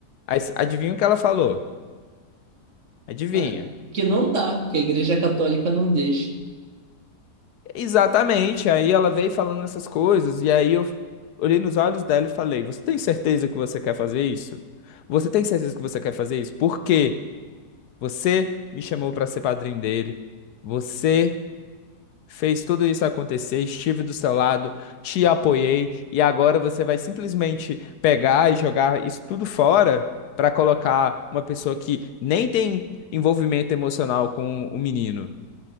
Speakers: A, on the left (about 75°); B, on the right (about 50°).
A: Aí, adivinha o que ela falou? Adivinha?
B: Ah, que não dá, que a igreja católica não deixa.
A: Exatamente. Aí ela veio falando essas coisas, e aí eu olhei nos olhos dela e falei: Você tem certeza que você quer fazer isso? Você tem certeza que você quer fazer isso? Porque você me chamou para ser padrinho dele, você fez tudo isso acontecer, estive do seu lado, te apoiei, e agora você vai simplesmente pegar e jogar isso tudo fora para colocar uma pessoa que nem tem envolvimento emocional com o menino